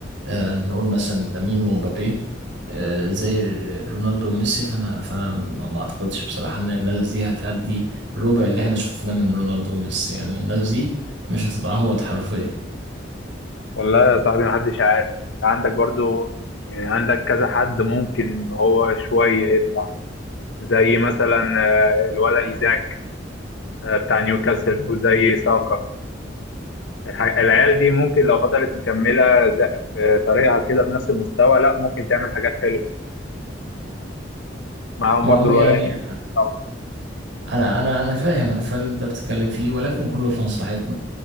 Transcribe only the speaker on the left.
والله يا صاحبي محدش عارف عندك برضو يعني عندك كذا حد ممكن ان هو شوية يطلع زي مثلا آه، الولا ايزاك آه، بتاع نيوكاسل وزي ساكا الح- العيال دي ممكن لو فضلت مكملة ز- في طريقها كده بنفس المستوى لا ممكن تعمل حاجات حلوة معاهم
برضو
الولا
يمين طبعا